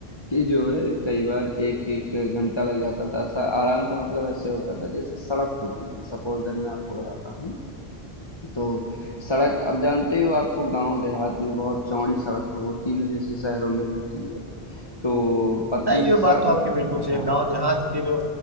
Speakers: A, on the left; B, on the right.
A: कि जो है कई बार एक एक घंटा लग जाता था ऐसा आराम का मतलब ऐसे होता था जैसे सड़क होती थी सपोज दैट मैं आपको बताता हूँ तो सड़क अब जानते हो आपको गांव देहात में बहुत चौड़ी सड़क तो होती नहीं जैसे शहरों में होती है तो पतली
B: नहीं
A: सी
B: ये
A: सड़क
B: बात तो आपकी बिल्कुल सही
A: हाँ
B: है गांव देहात के जो